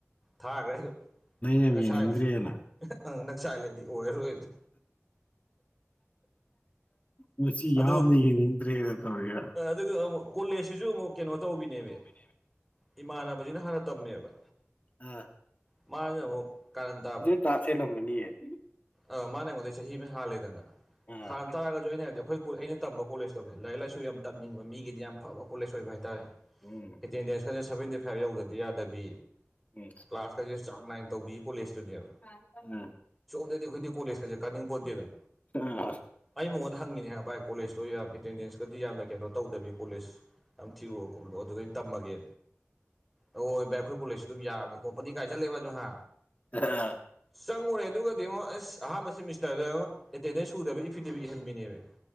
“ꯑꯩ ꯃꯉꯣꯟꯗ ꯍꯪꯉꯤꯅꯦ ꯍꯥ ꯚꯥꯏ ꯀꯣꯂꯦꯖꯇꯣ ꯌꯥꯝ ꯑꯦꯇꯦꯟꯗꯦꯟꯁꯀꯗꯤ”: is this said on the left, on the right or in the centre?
Centre